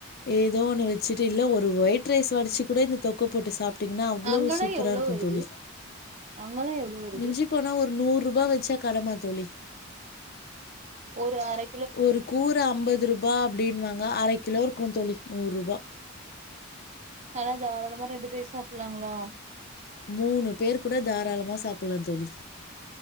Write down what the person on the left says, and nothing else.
ஏதோ ஒன்னு வெச்சுட்டு இல்ல ஒரு ஒயிட் ரைஸ் வடிச்சு கூட இந்த தொக்க போட்டு சாப் டிங்ன்னா அவ்வளவு
சூப்பரா
இருக்கு
தோழி
மிஞ்சி போனா ஒரு நூறுபா வெச்சா கடம்மா தோழி
ஒரு கூறு அம்பதுருபா அப்டின்வாங்க அர கிலோ இருக்கு தோழி நூறுபா
மூணு பேரு கூட தாராளமா சாப்பிலா தோழி